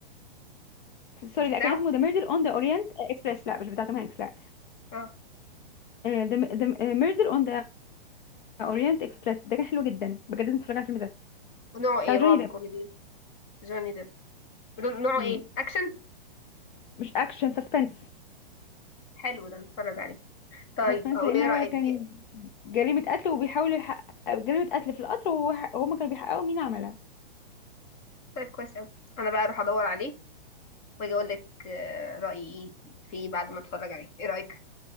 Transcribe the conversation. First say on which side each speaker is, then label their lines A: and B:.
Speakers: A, on the left (about 55°); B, on the left (about 35°).
A: سوري
B: مش
A: لا
B: بتاعه
A: كان اسمه ذا ميردر اون ذا اورينت اكسبريس لا مش بتاع توم هانكس لا
B: اه
A: ذا ميردر اون ذا اورينت اكسبريس ده كان حلو جدا بجد لازم تتفرج على الفيلم ده
B: ونوعه ايه
A: بتاع جوني
B: رعب
A: ديب
B: كوميدي جوني ديب نوعه
A: مم.
B: ايه اكشن
A: مش اكشن سسبنس
B: حلو ده نتفرج عليه طيب
A: سسبنس
B: او
A: لان
B: ايه
A: هو
B: رأيك
A: كان
B: إيه؟
A: جريمة قتل وبيحاول يحقق جريمة قتل في القطر وهو- وهما كانوا بيحققوا مين عملها
B: طيب كويس قوي انا بقى اروح ادور عليه واجي اقول لك آه، رأيي ايه فيه بعد ما اتفرج عليه ايه رأيك